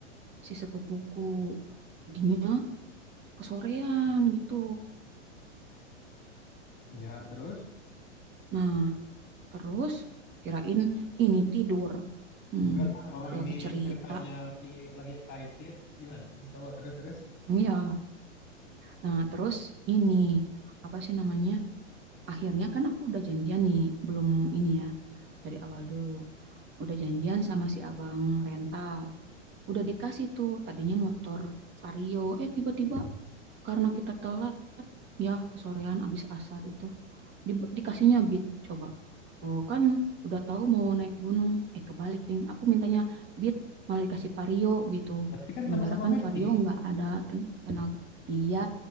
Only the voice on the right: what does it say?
si sepupuku. Jadinya kesorean gitu.
Nah, terus kirain ini tidur. Hmm,
lagi
cerita
Iya, nah terus ini apa sih namanya? Akhirnya kan aku udah janjian nih, belum ini ya dari awal dulu. Udah janjian sama si abang rental. Udah dikasih tuh tadinya motor Vario. Eh tiba-tiba karena kita telat ya kesorean abis asar itu di, dikasihnya beat coba. Oh, kan udah tahu mau naik gunung. Eh kebalik, Ting. Aku mintanya beat malah dikasih vario gitu.
Sementara
kan
vario nggak ada ten- tenaga. Iya,